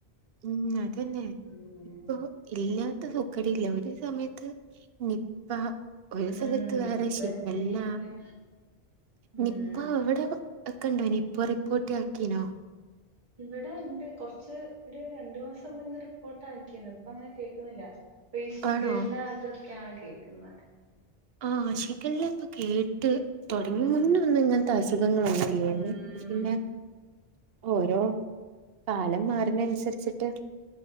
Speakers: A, on the right; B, on the right.
A: ഉം അതന്നെ
B: ഉം
A: ഇപ്പൊ ഇല്ലാത്ത സുക്കടി ഇല്ല ഒരു സമയത്ത് നിപ്പ ഒരു സ്ഥലത്ത്
B: ഉം
A: വേറെ
B: ഇപ്പ
A: ശിഗല്ല
B: എന്തേര്ന്ന് ഉം
A: നിപ്പ അവിടെ ഒക്കെണ്ടയിനോ നിപ്പ റിപ്പോർട്ട് ആക്കിനോ
B: ഇവിടെ ഉണ്ട് കൊറച്ച് ഒരു രണ്ടു മാസം മുന്നേ റിപ്പോർട്ട് ആക്കിന്ന് ഇപ്പ അങ്ങനെ കേൾക്കുന്നില്ല ഇപ്പൊ ഈ ശിഖല്ല
A: ആണോ
B: അതൊക്കെയാണ് കേക്കുന്ന
A: ആഹ് ഷിഗല്ല ഇപ്പൊ കേട്ട്- കേട്ട് തുടങ്ങി
B: ഉം
A: മുന്നെ ഒന്നും ഇങ്ങനത്തെ അസുഖങ്ങളാന്നില്ലായിരുന്നു
B: ഉം
A: പിന്നെ ഓരോ കാലം മാറുന്ന അനുസരിച്ചിട്ട്